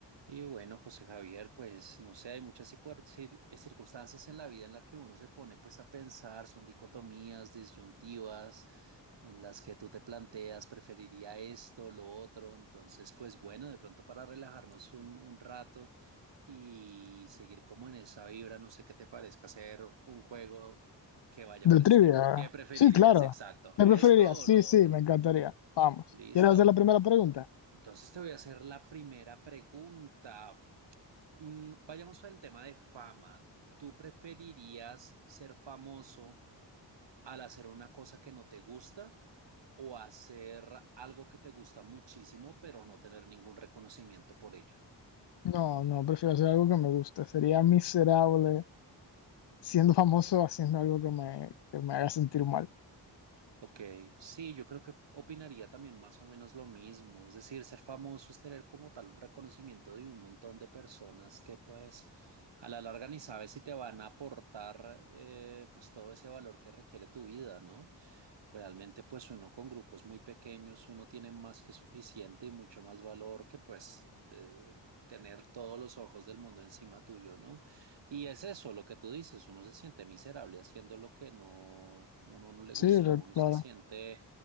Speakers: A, on the right (about 70°); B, on the left (about 65°).
A: Y bueno, José Javier, pues no sé, hay muchas cicuar- cir- eh, circunstancias en la vida en la que uno se pone pues a pensar, son dicotomías, disyuntivas, en las que tú te planteas, preferiría esto, lo otro, entonces pues bueno, de pronto para relajarnos un, un rato y seguir como en esa vibra, no sé qué te parezca hacer un juego que vaya
B: De
A: por ese
B: trivia.
A: estilo. ¿Qué preferirías?
B: Sí, claro.
A: Exacto,
B: ¿Me
A: ¿esto
B: preferiría? Sí,
A: o lo
B: sí,
A: otro?
B: me encantaría. Vamos.
A: Listo.
B: ¿Quieres hacer la primera pregunta?
A: Entonces te voy a hacer la primera pregunta. Mm, vayamos al tema de fama. ¿Tú preferirías ser famoso al hacer una cosa que no te gusta o hacer algo que te gusta muchísimo pero no tener ningún reconocimiento por ello?
B: No, no, prefiero hacer algo que me guste. Sería miserable siendo famoso haciendo algo que me, que me haga sentir mal.
A: Ok, sí, yo creo que opinaría también más o menos lo mismo. Es decir, ser famoso es tener como tal un reconocimiento de un montón de personas que pues a la larga ni sabes si te van a aportar eh, pues todo ese valor que requiere tu vida, ¿no? Realmente, pues uno con grupos muy pequeños, uno tiene más que suficiente y mucho más valor que pues eh, tener todos los ojos del mundo encima tuyo, ¿no? Y es eso lo que tú dices, uno se siente miserable haciendo lo que no, uno no le gusta,
B: Sí, re-
A: uno
B: claro.
A: se siente